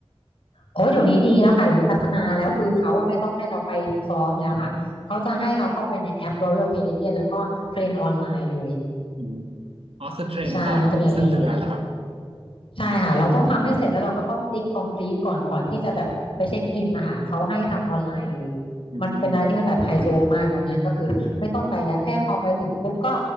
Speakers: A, on the left; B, on the right.
A: โอ้ยเดี๋ยวนี้ดีแล้วค่ะเดี๋ยวนี้พัฒนาแล้วคือเขาว่าไม่ต้องให้เราไปซ้อมแล้วค่ะเขาจะให้เราเข้าไปในแอป Royal Caribbean แล้วก็เทรนออนไลน์เลย
B: อืมอ๋อคือเทรนก่อนขึ้นเรือเหรอครับ
A: ใช่มันจะมีแบบเทรนออนไลน์ใช่ค่ะเราต้องทำให้เสร็จแล้วเราก็ต้องติ๊กคอมพลี e ก่อนก่อนที่จะแบบไปเช็คอินนะคะเขาให้ทำออนไลน์เลย
B: อืม
A: มันเป็นอะไรที่มันแบบไฮโซมากตอนเนี้ยก็คือไม่ต้องไปแล้วแค่พอไปถึงปุ๊บก็